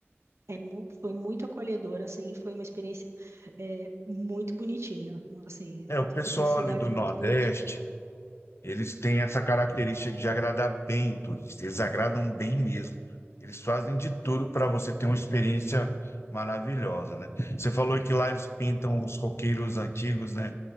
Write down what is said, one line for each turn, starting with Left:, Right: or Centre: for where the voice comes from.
Right: é mu- foi muito acolhedor, assim, foi uma experiência é, muito bonitinha, assim,
Left: É, o pessoal
Right: porque a cidade
Left: ali do
Right: é
Left: Nordeste,
Right: muito bonitinha.
Left: eles têm essa característica de agradar bem o turista, eles agradam bem mesmo. Eles fazem de tudo para você ter uma experiência maravilhosa, né? Você falou que lá eles pintam os coqueiros antigos, né,